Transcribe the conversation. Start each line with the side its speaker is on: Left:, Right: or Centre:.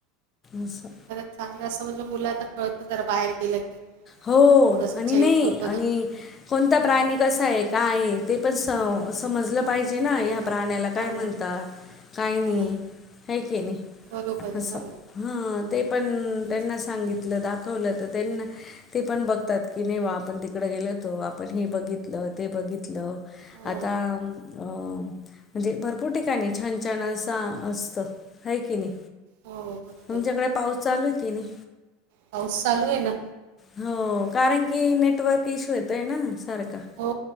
Left: असं
Right: तर चांगलं असं म्हणजे मुलांना कळतं जरा बाहेर गेलं की,
Left: हो
Right: थोडंसं
Left: आणि
Right: चेंज
Left: नाही
Right: होतो
Left: आणि
Right: ना.
Left: कोणता प्राणी कसा हेय का आहे, ते पण स समजलं पाहिजे ना,
Right: हो
Left: या प्राण्याला
Right: हो
Left: काय म्हणतात काय
Right: हो
Left: नाही हे कीणी
Right: बरोबर
Left: अससं,
Right: आहे हो
Left: हा ते पण
Right: तेच.
Left: त्यांना सांगितलं दाखवलं तर त्यांना ते पण बघतात, की ने वा आपण तिकडं गेलोतो आपण हे बघितलं ते बघितलं.
Right: हो
Left: आता अ म्हणजे भरपूर ठिकाणी छान छान असं असत, हे कीणी.
Right: हो हो बरोबर
Left: तुमच्याकडे
Right: आहे
Left: पाऊस चालू आहे की नाही.
Right: पाऊस चालू आहे ना,
Left: हो. कारण की नेटवर्क इशू येतो ना सारखा.
Right: हो.